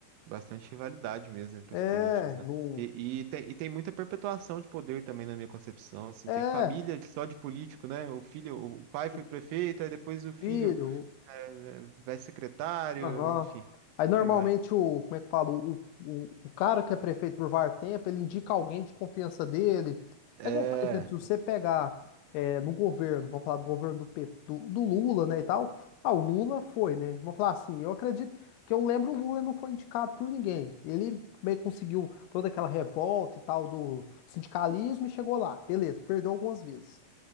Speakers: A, on the right; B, on the left.
A: bastante rivalidade mesmo entre
B: é,
A: os políticos, né?
B: no,
A: E, e, tem, e tem muita perpetuação de poder também na minha concepção, assim,
B: é,
A: tem família de- só de político, né? O filho, o pai foi
B: o
A: prefeito, aí depois o filho
B: filho,
A: é, é, vai secretário,
B: Aham.
A: enfim,
B: Aí normalmente
A: aí vai.
B: o, como é que fala, o, o, o cara que é prefeito por var tempo, ele indica alguém de confiança dele.
A: É,
B: É igual, por exemplo, se você pegar é, no governo, vamos falar do governo do, P- do, do Lula, né, e tal. Ah, o Lula foi, né? Vamos falar assim, eu acredito que eu lembro o Lula não foi indicado por ninguém. Ele meio que conseguiu toda aquela revolta e tal do sindicalismo e chegou lá. Beleza, perdeu algumas vezes.